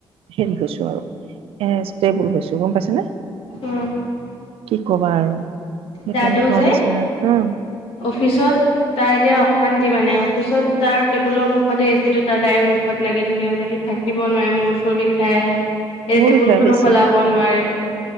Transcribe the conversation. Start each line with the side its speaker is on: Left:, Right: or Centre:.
Right: হেৰি হৈছো আৰু এ ষ্টেবুল হৈছো গম পাইছানে
Left: উম,
Right: কি কবা আৰু সেই
Left: দাদু
Right: তেনেকুৱা
Left: যে
Right: নিচিনা হ।
Left: অফিচত তাৰ এতিয়া অশান্তি মানে অফিচত তাৰ টেবুলৰ মুখতে এচি টো তাৰ ডাইৰেক্ট মুখত লাগি থাকে বোলে সি থাকিব নোৱাৰে মূৰ চুৰ বিষাই আহে এতিয়া
Right: মোৰ
Left: টেবুল
Right: বিষয়ে
Left: খনো
Right: বেছি
Left: সলাব নোৱাৰে।